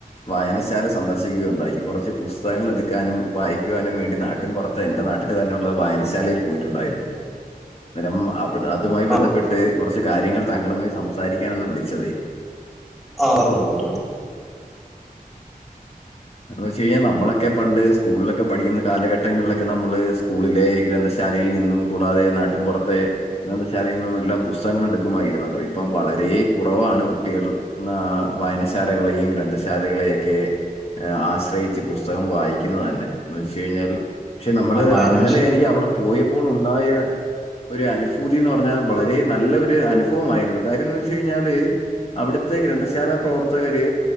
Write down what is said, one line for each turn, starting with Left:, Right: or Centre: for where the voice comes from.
Left: വായനശാല സന്ദർശിക്കുകയുണ്ടായി. കൊറച്ച് പുസ്തകങ്ങള് എട്ക്കാനും വായി ക്കുവാനും വേണ്ടി, നാട്ടിൻ പൊറ്ത്തെ എന്റെ നാട്ടില് തന്നെ ഉള്ള വായനശാലയിൽ പോയിട്ടുണ്ടായിരുന്നു. അന്നേരം അവിട അതുമായി ബന്ധപ്പെട്ട്
Centre: ആ
Left: കുറച്ച് കാര്യങ്ങൾ താങ്കളുമായി സംസാരിക്കാനാണ് വിളിച്ചതെ.
Centre: ആഹ് പറഞ്ഞോളൂ പറഞ്ഞോളു.
Left: എന്ന് വച്ച കഴിഞ്ഞാൽ നമ്മളൊക്കെ പണ്ട് സ്കൂളിലൊക്കെ പഠിക്കുന്ന കാലഘട്ടങ്ങളിലൊക്കെ നമ്മള് സ്കൂളിലെ ഗ്രന്ഥശാലയിൽ നിന്നും, കൂടാതെ നാട്ടിൻപുറത്തെ, ഗ്രന്ഥശാലയിൽനിന്ന് എല്ലാം പുസ്തകങ്ങൾ എടുക്കുമായിരുന്നല്ലോ. ഇപ്പം വളരെ കുറവാണ് കുട്ടികൾ നാ വായനശാലകളെയും ഗ്രന്ഥശാലകളെയ ഒക്കെ ആശ്രയിച്ച് പുസ്തകം വായിക്കുന്നത് തന്നെ. എന്ന് വെച്ച് കഴിഞ്ഞാൽ പക്ഷെ നമ്മള്
Centre: വായനാശ
Left: ഇന്നലെ എനിക്ക് അവിടെ പോയപ്പോൾ ഉണ്ടായ ഒരു അനുഭൂതി എന്ന് പറഞ്ഞാൽ, വളരെ നല്ലൊരു അനുഭവമായിരുന്നു. കാര്യംന്ന് വെച്ച കഴിഞ്ഞാല് അവിടുത്തെ ഗ്രന്ഥശാല പ്രവർത്തകര്